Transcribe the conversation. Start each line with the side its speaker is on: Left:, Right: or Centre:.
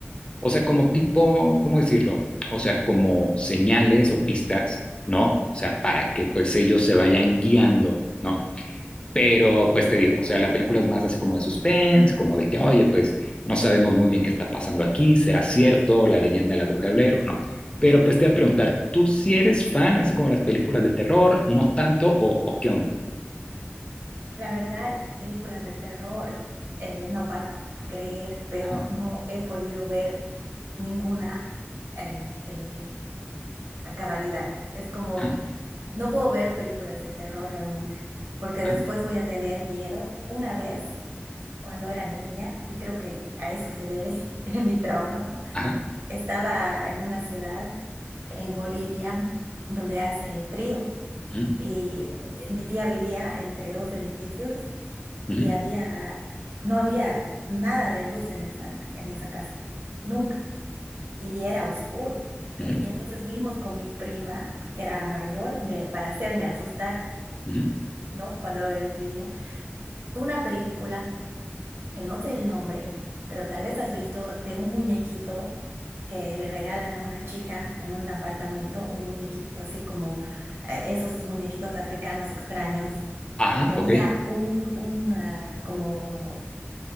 Left: o sea, como tipo, ¿cómo decirlo? O sea, como señales o pistas, ¿no? O sea, para que pues ellos se vayan guiando, ¿no? Pero pues te digo, o sea, la película es más así como de suspense, como de que, oye, pues no sabemos muy bien qué está pasando aquí, será cierto la leyenda de la bruja de Blair o no. Pero pues te voy a preguntar, ¿tú si sí eres fan así como de las películas de terror, no tanto o, o qué onda?
Right: La verdad, películas de terror, eh, no vas a creer, pero
Left: Ajá,
Right: no he podido ver ninguna, este, a cabalidad. Es como,
Left: ajá,
Right: no puedo ver películas de terror realmente, porque
Left: ajá,
Right: después voy a tener miedo. Una vez, cuando era niña, y creo que a eso se debe <laughs> mi trauma,
Left: ajá,
Right: estaba en una ciudad en Bolivia donde hace frío
Left: ujú,
Right: y eh, mi tía vivía entre dos edificios
Left: ujú,
Right: y había, no había nada de luz en esa, en esa casa, nunca, y era oscuro, ¿ok?
Left: ujú,
Right: Y entonces vimos con mi prima, que era mayor, me- para hacerme asustar,
Left: ujú,
Right: ¿no? Cuando eres niño, una película, que no sé el nombre, pero tal vez has visto de un muñequito que le regalan a una chica en un apartamento, un muñequito así como eh, esos muñequitos africanos extraños
Left: ajá,
Right: y tenía
Left: ok,
Right: un, un, eh, como